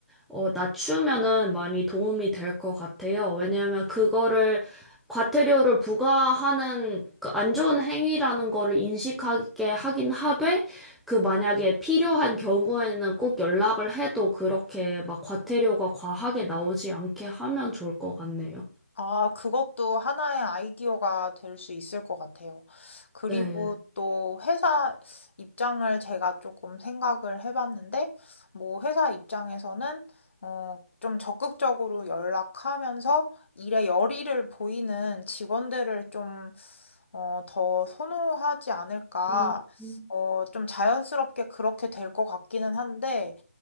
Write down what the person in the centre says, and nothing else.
어, 낮추면은 많이 도움이 될 것 같아요. 왜냐하면 그거를 과태료를 부과하는 그 안 좋은 행위라는 거를 인식하게 하긴 하되 그 만약에 필요한 경우에는 꼭 연락을 해도 그렇게 막 과태료가 과하게 나오지 않게 하면 좋을 것 같네요.
네.
음, 음.